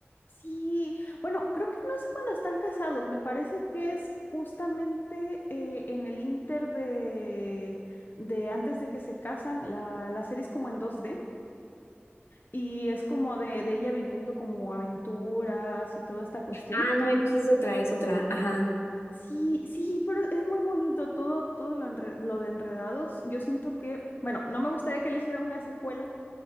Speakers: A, on the left (about 50°); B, on the left (about 80°).
A: Sí, bueno, creo que no es cuando están casados, me parece que es justamente eh, en el inter de, de antes de que se casan, la, la serie es como en dos d y es como de, de ella viviendo como aventuras y toda esta cuestión.
B: Ah, no, entonces es otra, es otra. Ajá.
A: Sí, sí, pero es muy bonito todo, todo lo, enre- lo de Enredados. Yo siento que, bueno, no me gustaría que le hiciera una secuela,